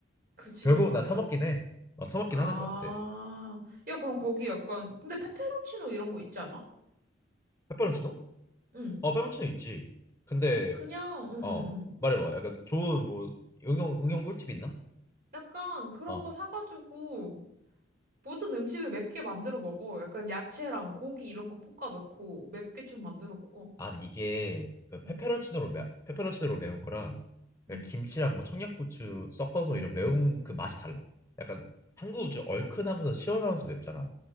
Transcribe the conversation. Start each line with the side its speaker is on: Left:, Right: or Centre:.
Right: 그지,
Left: 결국은
Right: 맞아.
Left: 나 사 먹긴 해. 어, 사 먹긴
Right: 아.
Left: 하는 것 같아.
Right: 야, 그럼 거기 약간, 근데 페페론치노 이런 거 있지 않아?
Left: 페페론치노?
Right: 응.
Left: 어, 페페론치노 있지. 근데
Right: 그냥, 응, 응,
Left: 어,
Right: 응.
Left: 말해봐. 약간 좋은 뭐 응용 응용 꿀팁 있나?
Right: 약간 그런
Left: 어.
Right: 거 사가지고 모든 음식을 맵게 만들어 먹어. 약간 야채랑 고기 이런 거 볶아 넣고 맵게 좀 만들어 먹어.
Left: 아, 근데 이게 그 페페론치노로
Right: 응,
Left: 매, 페페론치노로 매운 거랑 그냥
Right: 응,
Left: 김치랑 뭐 청양고추 섞어서
Right: 응,
Left: 이런 매운
Right: 응,
Left: 그
Right: 응.
Left: 맛이 달라. 약간 한국은 좀 얼큰하면서 시원하면서 맵잖아.